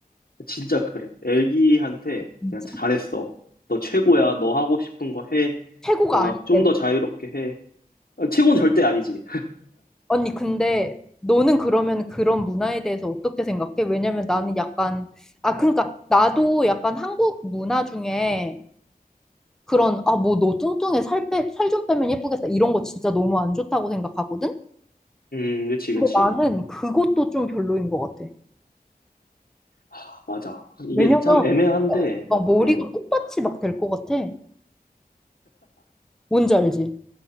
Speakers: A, on the left (about 75°); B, in the centre.
A: 진짜 그래. 애기한테
B: 진짜.
A: 그냥 잘했어. 너 최고야. 너 하고 싶은 거 해.
B: 최고가
A: 막
B: 아닌데.
A: 좀 더 자유롭게 해. 아, 최고는 절대 아니지.
B: 언니, 근데 너는 그러면 그런 문화에 대해서 어떻게 생각해? 왜냐면 나는 약간, 아, 그러니까 나도 약간 한국 문화 중에 그런, 아, 뭐 너 뚱뚱해 살 빼, 살 좀 빼면 예쁘겠다. 이런 거 진짜 너무 안 좋다고 생각하거든?
A: 음, 그치, 그치.
B: 근데 나는 그것도 좀 별로인 것 같아.
A: 아, 맞아. 이게
B: 왜냐면
A: 참 애매한데,
B: 어, 막 머리가
A: 음.
B: 꽃밭이 막 될 것 같아. 뭔지 알지?